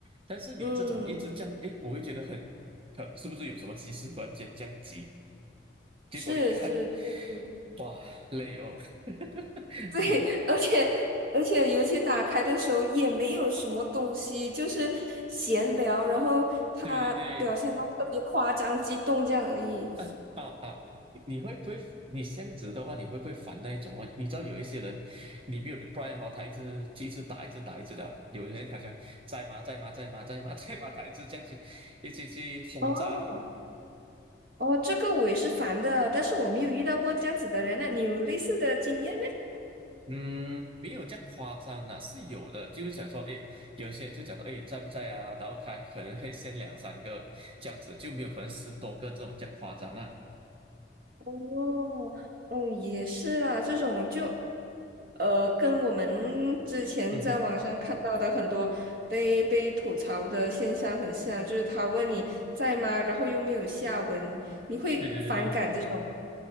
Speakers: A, on the right (about 30°); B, on the right (about 55°).
A: 但是你这种一直这样，
B: 嗯，
A: 诶，我会觉得很，可是不是有什么急事突然间这样急？结果一看，
B: 是是，对对
A: 哇，累哦，<laughs>
B: 对，<laughs>
A: 不理。
B: 而且而且，尤其打开的时候也没有什么东西，就是闲聊，然后他表现的特别夸张、
A: 对对对，
B: 激动这样而已。
A: 啊啊啊！你你会不会？你这样子的话，你会不会烦那一种哦？你知道有一些人，你没有 reply 哈，他一直一直打，一直打，一直的，有些人好像在吗？在吗？在吗？在吗？<laughs> 在吗？他一直这样去，一直去轰炸你。
B: 哦哦，这个我也是烦的，但是我没有遇到过这样子的人那你有类似的经验？
A: 嗯，没有这样夸张的，是有的。就是想说，哎，有些人就讲到，哎，在不在啊？然后他可能会先两三个这样子，就没有可能十多个这种这样夸张啊。
B: 哦，哦，也是啦，这种就，呃，跟我们之前在网上看到的很多被被吐槽的现象很像，
A: 嗯哼，
B: 就是他问你在吗，然后又没有下文，你会反感这种。
A: 对对对对对，